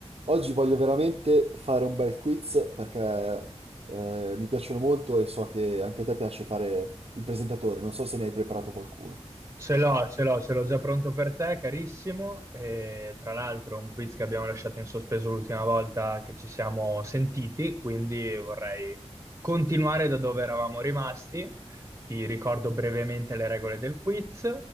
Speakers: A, on the right; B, on the right.
A: Oggi voglio veramente fare un bel quiz perché eh, mi piacciono molto e so che anche a te piace fare il presentatore. Non so se ne hai preparato qualcuno.
B: Ce l'ho, ce l'ho, ce l'ho già pronto per te, carissimo. E, tra l'altro, un quiz che abbiamo lasciato in sospeso l'ultima volta che ci siamo sentiti, quindi vorrei continuare da dove eravamo rimasti. Ti ricordo brevemente le regole del quiz.